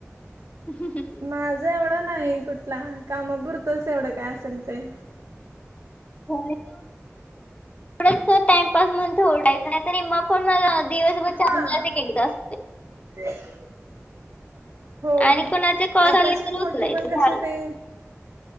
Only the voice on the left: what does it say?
ह हं ह
हो तेड टाइमपास म्हणून डायचं नाहीतरी मग पण मला दिवसभर
चांगलात एकदा असते
आणि कोणाचे कॉल
आले तर
उचलायचं
झालं.